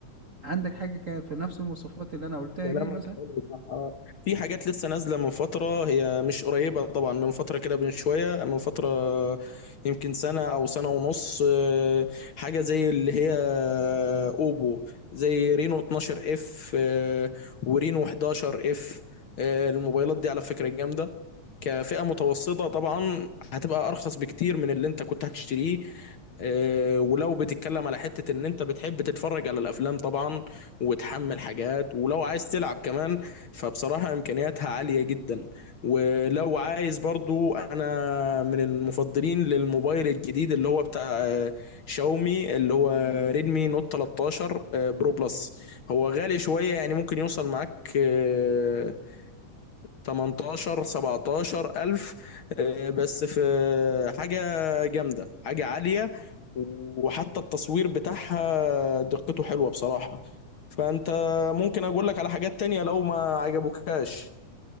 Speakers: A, on the right; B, on the left.
A: عندك حاجه كا- في نفس المواصفات اللي انا قلتها
B: كلامك
A: دي مثلا
B: حلو صح اه في حاجات لسه نازله من فتره هي مش قريبه طبعا من فتره كده من شويه من فتره يمكن سنه او سنه ونص آه، حاجه زي اللي هي اوبو زي رينو 12 اف آه، ورينو 11 اف آه، الموبايلات دي على فكره جامده كفئه متوسطه طبعا هتبقى ارخص بكتير من اللي انت كنت هتشتريه آه، ولو بتتكلم على حتة ان انت بتحب تتفرج على الافلام طبعا وتحمل حاجات ولو عايز تلعب كمان فبصراحة امكانياتها عالية جدا ولو عايز برضو انا من المفضلين للموبايل الجديد اللي هو بتاع آه، شاومي اللي هو ريدمي نوت 13 آه، برو بلس هو غالي شوية يعني ممكن يوصل معاك آه، 18 17 ألف آه، بس في حاجة جامدة حاجة عالية وحتى التصوير بتاعها دقته حلوة بصراحة فأنت ممكن أقول لك على حاجات تانية لو ما عجبوكاش